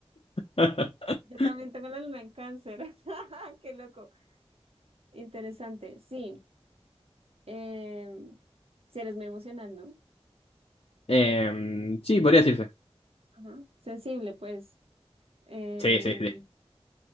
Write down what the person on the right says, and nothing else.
Yo también tengo la luna en cáncer. <laughs> Qué loco. Interesante. Sí. em, si eres muy emocional, ¿no?
Emotivo.
Ajá. Sensible, pues. Em,